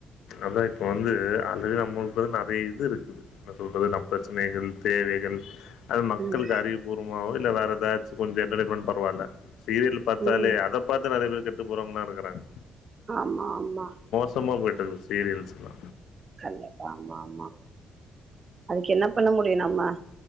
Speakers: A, on the left; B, on the right.
A: அதா இப்ப வந்து ஆல்ரெடி நம்மளுக்கு நெறைய இது இருக்குது என்ன சொல்றது நம் பிரச்சனைகள் தேவைகள் அது மக்களுக்கு
B: ம்
A: அறிவு பூர்வமாவோ இல்ல வேற ஏதாச்சும் கொஞ்சம் என்டர்டைமென் பரவாயில்ல சீரியல் பாத்தாலே
B: ம்
A: அத பாத்து நெறய பேர் கெட்டு போறவங்கல்லா இருக்கறாங்க
B: ஆமா ஆமா
A: த்தமா போயிட்டு இருக்கும் சீரியல்ஸ்க்ல்லா
B: கண்டிப்பா ஆமா ஆமா அதுக்கு என்ன பண்ண முடியும் நம்ம